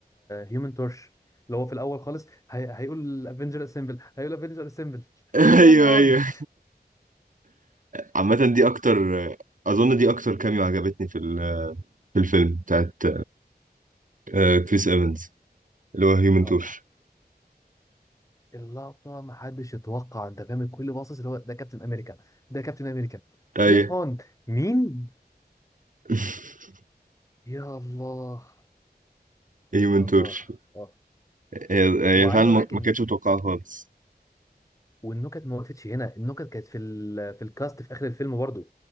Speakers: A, on the left; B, on the right.
A: هيومن تورش اللي هو في الاول خالص هي... هيقول افنجر اسمبل هيقول افنجر اسمبل
B: ايوه
A: فليم اون
B: ايوه عامة دي اكتر اظن دي اكتر كاميو عجبتني في ال- في الفيلم بتاعت آه، كريس ايفنز اللي هو هيومن
A: اه
B: تورش
A: اللقطه ما حدش يتوقع انت فاهم الكل باصص اللي هو ده كابتن امريكا ده كابتن امريكا فليم
B: ايوه
A: اون مين
B: <laughs>
A: يا الله
B: هيومن
A: اه
B: تورش
A: اه
B: هي
A: وعايز
B: هي فعلا ما
A: اقول لك
B: ما
A: ان
B: كانتش متوقعة خالص
A: والنكت ما وقفتش هنا النكت كانت في ال... في الكاست في اخر الفيلم برضه